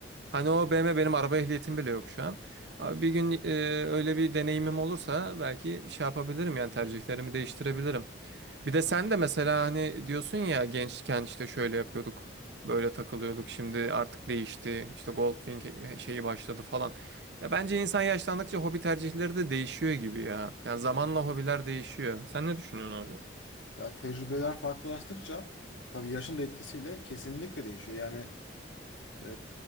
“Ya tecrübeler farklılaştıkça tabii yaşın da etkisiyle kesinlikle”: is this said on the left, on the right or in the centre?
Left